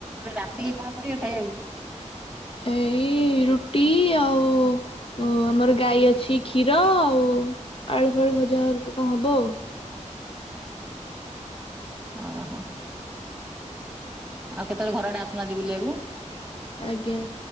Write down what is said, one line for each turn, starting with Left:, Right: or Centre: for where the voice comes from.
Centre: ରାତିକି କଣ କରିବେ ଖାଇଆକୁ?
Left: ଏଇ ରୁଟି ଆଉ ଓ! ଆମର ଗାଈ ଅଛି କ୍ଷୀର ଆଉ ଆଳୁ-ଫାଳୁ ଭଜା କଣ ହବ ଆଉ
Centre: ଓ ହୋ! ଆଉ କେତେବେଳେ ଘର ଆଡେ ଆସୁନାନ୍ତି ବୁଲିବାକୁ।
Left: ଆଜ୍ଞା!